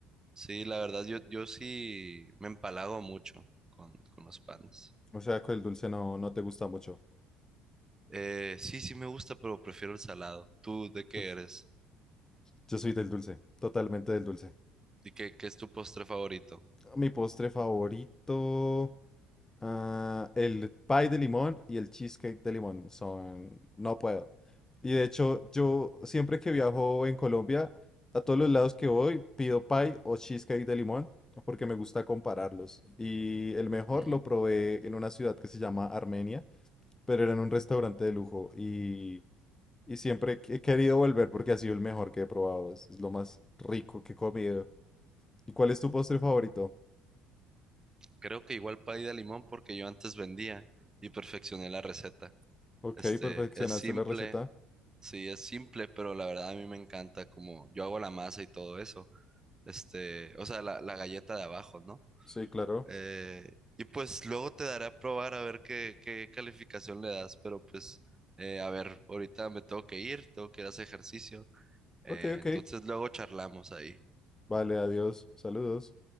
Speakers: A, on the right; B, on the left.
A: sí, la verdad, yo, yo sí me empalago mucho con, con los panes.
B: O sea, que el dulce no, no te gusta mucho.
A: Eh, sí, sí me gusta, pero prefiero el salado. ¿Tú de qué
B: Uf,
A: eres?
B: Yo soy del dulce, totalmente del dulce.
A: ¿Y qué, qué es tu postre favorito?
B: Mi postre favorito. Ah, el pie de limón y el cheesecake de limón son... No puedo. Y de hecho, yo siempre que viajo en Colombia, a todos los lados que voy, pido pie o cheesecake de limón porque me gusta compararlos. Y el mejor
A: Mm,
B: lo probé en una ciudad que se llama Armenia, pero era en un restaurante de lujo y, y siempre he querido volver porque ha sido el mejor que he probado. Es, es lo más rico que he comido. ¿Y cuál es tu postre favorito?
A: creo que igual pay de limón porque yo antes vendía y perfeccioné la receta.
B: Ok,
A: Este,
B: perfeccionaste
A: es simple,
B: la receta.
A: sí, es simple, pero la verdad a mí me encanta como yo hago la masa y todo eso. Este, o sea, la, la galleta de abajo, ¿no?
B: Sí, claro.
A: Eh, y pues luego te daré a probar a ver qué, qué calificación le das, pero pues, eh, a ver, ahorita me tengo que ir, tengo que ir a hacer ejercicio. Eh,
B: Ok, ok.
A: entonces luego charlamos ahí.
B: Vale, adiós. Saludos.